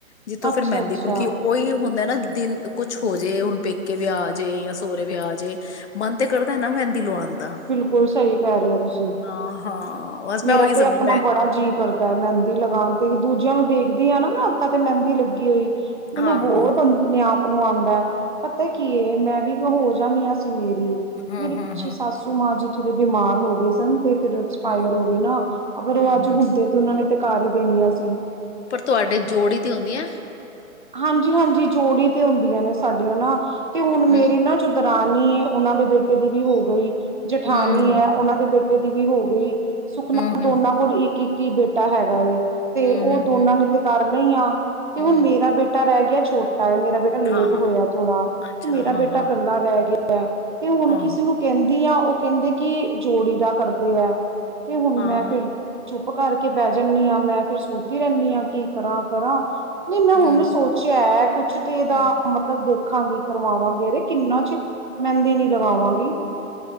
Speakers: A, on the left (about 55°); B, on the right (about 40°).
A: ਜਿੱਥੋਂ
B: ਅੱਛਾ
A: ਫੇਿਰ ਮਹਿੰਦੀ
B: ਅੱਛਾ
A: ਖੁਲਕੀ ਉਹੀ ਹੁੰਦਾ ਨਾ ਦਿਨ ਕੁਛ ਹੋ ਜੇ ਹੁਣ ਪੇਕੇ ਵਿਆਹ ਆ ਜੇ ਜਾਂ ਸਹੁਰਰੇ ਵਿਆ ਆ ਜੇ ਮਨ ਤੇ ਕਰਦਾ ਹੈ ਨਾ ਮਹਿੰਦੀ ਲਵਾਉਣ ਦਾ
B: ਿਲਕੁਲ ਸਹੀ ਕਹਿ ਰਹੇ ਹੋ ਤੁਸੀਂ
A: ਹਾਂ ਹਾਂ ਬਸ
B: ਮੇਰਾ
A: ਮੈਂ ਉਹੀ
B: ਤੇ
A: ਸਮਝੀ
B: ਆਪਣਾ
A: ਮੈਂ
B: ਬੜਾ ਜੀਅ ਕਰਦਾ ਹੈ ਮਹਿੰਦੀ ਲਗਾਉਣ ਤੇ ਦੂਜਿਆਂ ਨੂੰ ਦੇਖਦੀ ਆਾਂ ਨਾ ਮੈਂ ਹੱਥਾਂ ਤੇ ਮਹਿੰਦੀ ਲੱਗੀ ਹੋਈ ਮੈਨੂੰ
A: ਹਾਂ
B: ਬਹੁਤ
A: ਹਾਂ ਹਾਂ
B: ਆਪਣੇ ਆਪ ਨੂੰ ਆਉਂਦਾ ਪਤਾ ਕੀ ਮੈਂ ਵੀ ਹੋ ਜਾਂਦੀ ਹਾਂ ਮੇਰੀ
A: ਹਾਂ
B: ਮੇਰੇ
A: ਹਾਂ
B: ਪਿੱਛੇ
A: ਹਾਂ
B: ਮਾਂ ਜੀ ਥੋੜੇ ਬਿਮਾਰ ਹੋ ਗਏ ਸਨ ਤੇ ਐਕਸਾਇਰ
A: ਹਮ
B: ਹੋ ਗਏ ਨਾ ਅਗਰ ਉਹ
A: ਹਮ
B: ਅੱਜ
A: ਹਮ
B: ਮੁੱਦੇ ਤੇ ਉਹ ਨੇ ਤੇ ਘ ਵੀ ਦੇਿੰਆਂ ਸੀ
A: ਪਰ ਤੁਹਾਡੇ ਜੋੜੀ ਦੀ ਹੁੰਦੀ ਹੈ
B: ਹਾਂਜੀ ਹਾਂਜੀ ਜੋੜੀ ਤੇ ਹੁੰਦੀਆਂ ਨੇ ਸਾਡੀਆਂ ਨਾ ਤੇ ਹੁਣ
A: ਹਮ
B: ਮੇਰੇ ਨਾ ਜਿੱਦਾਂ <unintelligible> ਉਹਨਾਂ ਦੇ ਬੇਟੇ ਦੀ ਵੀ ਹੋ ਗਈ ਜਠਾਨੀ
A: ਹਮ
B: ਹੈ ਉਹਨਾਂ ਦੇ ਬੇਟੇ ਦੀ ਵੀ ਹੋ ਗਈ ਸੁਖਨਾ
A: ਹਮ ਹਮ
B: ਦੋਨਾਂ ਕੋਲ ਇੱਕ ਇੱਕ ਕੀ ਬੇਟਾ ਹੈਗਾ ਏ ਤੇ
A: ਹਮ
B: ਉਹ ਦੋਨਾਂ
A: ਹਮ ਹਮ
B: ਨੇ ਤੇ ਕਾਰ <unintelligible> ਤੇ
A: ਹਮ
B: ਹੁਣ ਮੇਰਾ ਬੇਟਾ ਰਹਿ ਗਿਆ ਛਟੇ ਮੇਰਾ ਬੇਟਾ ਲੇਟ
A: ਹਾਂ ਹਾਂ
B: ਹੋਇਆ ਥੋੜਾ
A: ਅੱਛਾ
B: ਤੇ ਮੇਰਾ
A: ਹਾਂ
B: ਬੇਟਾ
A: ਹਾਂ
B: ਇਕੱਲਾ ਰਹਿ ਗਿਆ <unintelligible> ਤੇ ਹੁਣ
A: ਹਾਂ
B: ਕਿਸੇ ਨੂੰ ਕਹਿੰਦੇ ਦੀਆਂ ਉਹ ਕਹਿੰਦੇ ਕਿ ਜੋੜੀ ਦਾ ਕਰਦੇ ਹੈ ਤੇ ਹੁਣ
A: ਹਾਂ
B: ਮੈਂ
A: ਹਾਂ
B: ਫੇਿਰ ਚੁੱਪ ਕਰਕੇ ਬਹਿ ਜਾਂਦੀ ਹਾਂ ਮੈਂ ਫਿਰ ਸੋਚਦੀ ਰਹਿੰਦੀ ਹਾਂ ਕੀ ਕਰਾਂ ਕਰਾਂ ਨਹੀਂ ਮੈਂ ਹੁਣ
A: ਹਮ
B: ਸੋਚਿਆ ਹੈ ਕੁਛ ਤੇ ਇਹਦਾ
A: ਹਮ
B: ਮਤਲਬ ਦੇ ਰੱਖਾਂਗੀ ਕਰਵਾਵਾਂਗੇ ਅਰੇ ਕਿੰਨਾ ਚ ਮਹਿੰਦੀ ਨੀ ਲਗਾਵਾਂਗੀ